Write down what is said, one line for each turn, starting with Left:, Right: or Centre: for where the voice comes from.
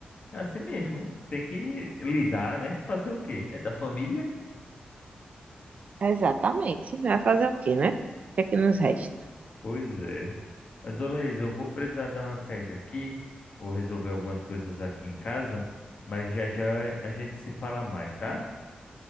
Left: é assim mesmo, tem que lidar, né? Fazer o quê? É da família?
Right: Exatamente. Vai fazer o quê, né? O que é que nos resta?
Left: Pois é. Mas, ô Laís, eu vou precisar dar uma saída aqui, vou resolver algumas coisas aqui em casa, mas já já a gente se fala mais, tá?